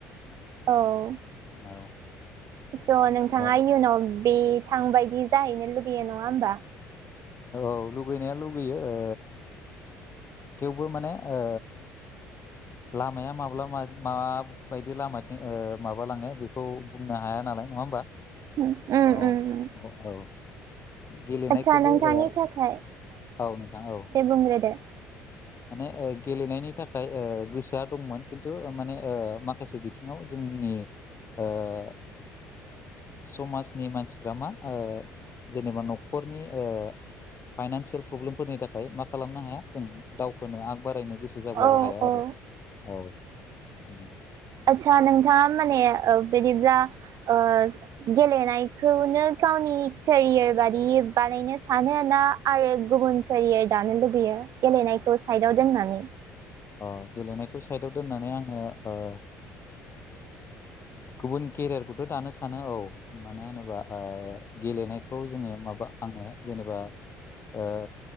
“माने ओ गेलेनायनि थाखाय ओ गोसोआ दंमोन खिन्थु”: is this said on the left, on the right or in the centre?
Left